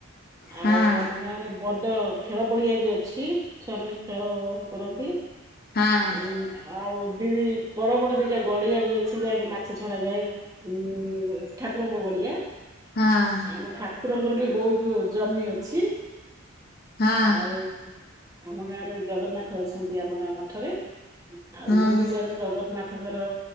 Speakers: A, on the right; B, on the left.
A: ଆଉ,
B: ହଁ
A: ଆମ ଗାଁ ରେ ବ ଡ଼ ଖେଳ ପଡିଆ ବି ଅଛି। ଛୁଆ ମାନେ ଖେଳ କରନ୍ତି। ଉ
B: ହଁ
A: ଆଉ, ଦିଦି ବଡ ବଡ ଦି ଗୋଟେ ଗଡିଆ ବି ଅଛି, ଯାହାକି ମାଛ ଛଡା ଯାଏ ଉଁ ଠାକୁରଙ୍କ ଗଡିଆ
B: ହଁ
A: ଆମ ଠାକୁରଙ୍କର ବି ବହୁତ ଜମି ଅଛି।
B: ହଁ
A: ଆଉ ଆମ ଗାଁରେ ଜଗନ୍ନାଥ ଅଛନ୍ତି, ଆମ ଗାଁ ମଠରେ। ଆଉ
B: ହଁ
A: ଗୁଣ୍ଡିଚାକୁ ଜଗନ୍ନାଥଙ୍କର